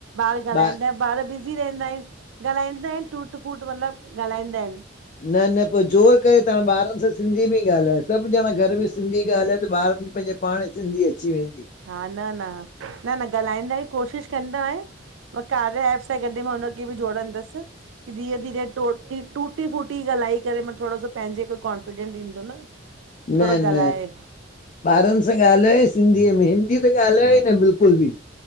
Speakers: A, on the right (about 80°); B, on the left (about 40°).
A: ॿार ॻाल्हाईंदा
B: ॿा
A: ॿार बिज़ी रहंदा आहिन ॻाल्हाईंदा आहिनिटूट फूट मतलब ॻाल्हाईंदा आहिन।
B: न न पो जोर करे तव्हां ॿारन सां सिंधी बी ॻाल्हायो सभ ॼणा घर में सिंधी ॻाल्हायो त ॿार खे पंहिंजे पांण सिंधी अची वेंदी।
A: हा न न न न ॻाल्हाईंदा ई कोशिश कंदो आहे और कार्य एप सां गॾु मां हुन खे बी जोड़ंदस की धीरे -धीरे टुटी फूटी ॻाल्हाए करे मतलब थोडो सो पंहिंजे खे कॉन्फिडेंस ईंदो न।
B: न
A: थोरो
B: -न
A: ॻाल्हाए
B: ॿारन सां ॻाल्हायो सिंधीअ में हिंदी त ॻाल्हायो न बिल्कुल बी